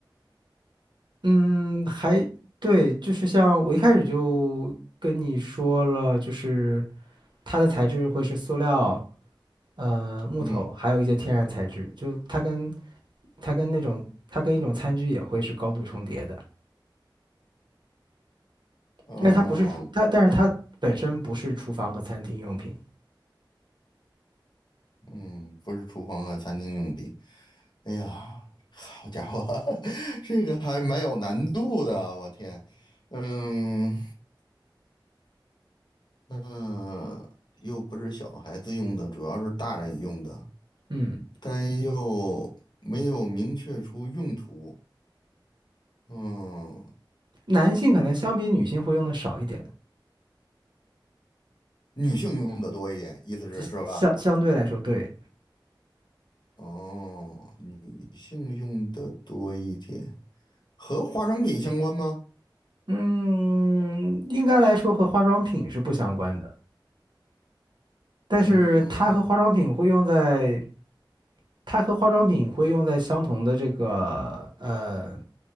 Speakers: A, on the right; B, on the left.
A: 嗯，还对，就是像我一开始就跟你说了，就是它的材质会是塑料，呃，木头，
B: 嗯
A: 还有一些天然材质，就它跟它跟那种它跟一种餐具也会是高度重叠的，
B: 嗯、呃
A: 但是它不是厨它，但是它本身不是厨房和餐厅用品。
B: 嗯，不是厨房和餐厅用品。哎呀，好家伙，<laughs> 这个还蛮有难度的，我天。嗯嗯，又不是小孩子用的，主要是大人用的，
A: 嗯，
B: 但又没有明确出用途。嗯，
A: 男性可能相比女性会用的少一点，
B: 女性用的多一点，意思是是吧？
A: 这相相对来说，对，
B: 哦，女性用的多一点，和化妆品相关吗？
A: 嗯，应该来说和化妆品是不相关的，但是它和化妆品会用在
B: 嗯，
A: 它和化妆品会用在相同的这个呃